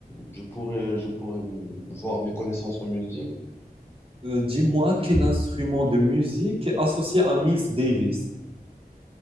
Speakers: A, on the left; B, on the right.
A: je pourrais, je pourrais m- voir mes connaissances en musique.
B: euh, dis-moi quel instrument de musique est associé à Miles Davis.